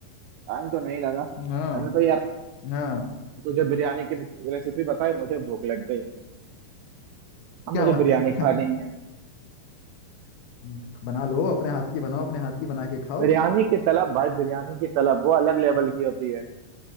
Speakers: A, on the right (about 85°); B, on the left (about 75°).
A: टाइम तो नहीं लगा
B: हाँ
A: मैंने तो यार
B: हाँ
A: तुझे बिरयानी की रेसिपी बताई मुझे भूख लग गई अब
B: क्या
A: मुझे
B: बात
A: बिरयानी
B: कर रहे
A: खानी है
B: हैं बना लो अपने हाथ की बनाओ अपने हाथ की बना के खाओ
A: बिरयानी की तलब भाई बिरयानी की तलब वो अलग लेवल की होती है